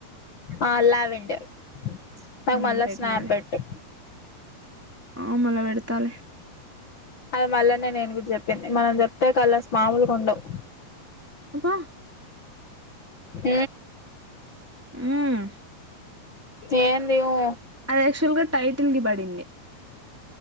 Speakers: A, on the left; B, in the centre.
A: ఆ లావెండర్ నాకు
B: ఉమ్
A: మళ్ళా
B: పెట్టినాలే
A: స్నాప్ పెట్టు
B: ఆ మళ్ళ పెడతాలే
A: అది మళ్ళానే నేను గూడ చెప్పి మనం చెప్తే కలర్స్ మాముల్గ్ ఉండవ్
B: అబ్బా
A: ఉమ్
B: ఉమ్
A: ఏన్ందివు
B: అది యాక్చువల్ గా టైటిల్ కి బడింది